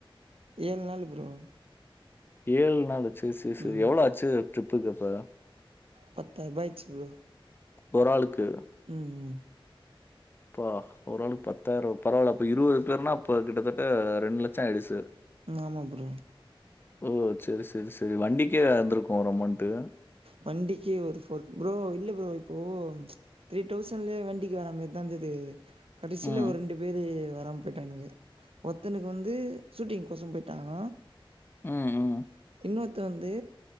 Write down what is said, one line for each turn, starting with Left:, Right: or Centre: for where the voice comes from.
Right: ஏழ் நாளு ப்ரோ
Left: ஏழ் நாள் ஆச்சு செரி செரி
Right: ம்
Left: எவ்ளோ ஆச்சு ட்ரிப்புக்கு அப்ப
Right: பத்தாயிரூபா ஆச்சு ப்ரோ
Left: ஒராளுக்கு
Right: ம் ம்
Left: எப்பா ஒரு ஆளுக்கு பத்தாயிரோ பரவால்ல அப்ப இருபது பேருனா அப்ப கிட்டத்தட்ட ரெண்டு லட்சோ ஆயிடுச்சு
Right: ஆமா ப்ரோ
Left: ஓ சேரி சேரி சேரி வண்டிக்கே வந்திருக்கு ஒரு அமோண்டு
Right: வண்டிக்கை ஒரு ஃபோர் ப்ரோ இல்ல ப்ரோ இப்போ ம் த்ரீ தௌசண்ட்லயே வண்டிக்கு வரா மாரி தா கீது கடைசில
Left: ம்.
Right: ஒரு ரெண்டு பேரு வராம போயிட்டானுங்க ஒத்தனுக்கு வந்து ஷூட்டிங் கோசோ போயிட்டாங்க
Left: ம், ம்.
Right: இன்னொருத்த வந்து